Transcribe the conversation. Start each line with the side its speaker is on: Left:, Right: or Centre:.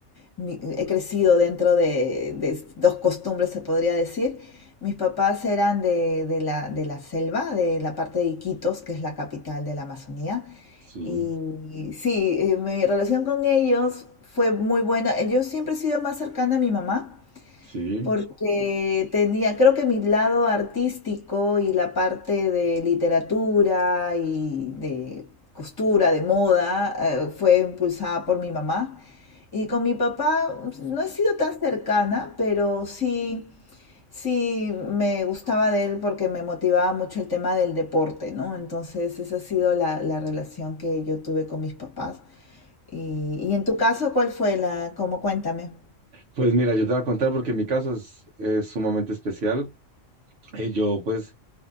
Left: mi- he crecido dentro de, de dos costumbres, se podría decir. Mis papás eran de, de la, de la selva, de la parte de Iquitos, que es la capital de la Amazonía.
Right: Sí,
Left: Y sí, eh, mi relación con ellos fue muy buena. Eh, Yo siempre he sido más cercana a mi mamá
Right: sí.
Left: porque tenía, creo que mi lado artístico y la parte de literatura y de costura, de moda, eh, fue impulsada por mi mamá. Y con mi papá pues, no he sido tan cercana, pero sí, sí me gustaba de él porque me motivaba mucho el tema del deporte, ¿no? Entonces esa ha sido la, la relación que yo tuve con mis papás. Y, y en tu caso, ¿cuál fue la, cómo cuéntame?
Right: Pues mira, yo te voy a contar porque mi caso es, es sumamente especial. Eh, yo pues